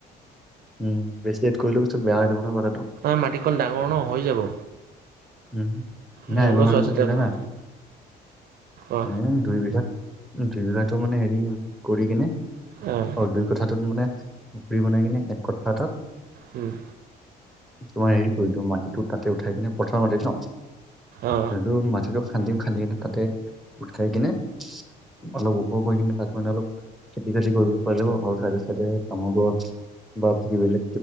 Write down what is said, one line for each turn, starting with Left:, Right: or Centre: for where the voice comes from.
Centre: উম বেছি এড কৰিলো বস্তু বেয়া হৈ যাব নহয় কথাটো
Right: তাৰ মাটি কণ ডাঙৰ ন হৈ যাব
Centre: উম
Right: সিহঁতও
Centre: নাই মই ভাবিছো
Right: চোৱা চিতা
Centre: কি
Right: কৰা
Centre: জানা
Right: অ
Centre: মানে দুইবিঘা জীৱিকা টো মানে হেৰি কৰি কিনে
Right: অহ
Centre: অ দুই কথাটোত মানে পুৰি বনাই কিনে এক কথা এটাত
Right: উম
Centre: তোমাৰ হেৰি কৰি দিওঁ মাটিতো তাতে উঠাই কিনে পথাৰ মাটি ন
Right: অ
Centre: তেতিয়াতো মাটিতটো খান্দিম খান্দি কিনে তাতে গোট খাই কিনে অলপ ওখ কৰি কিনে তাত মানে অলপ খেতি বাতি কৰিব পাৰিব‌ যাব আৰু চাইডে চাইডে তামোল গছ বা <unintelligible> পক বেলে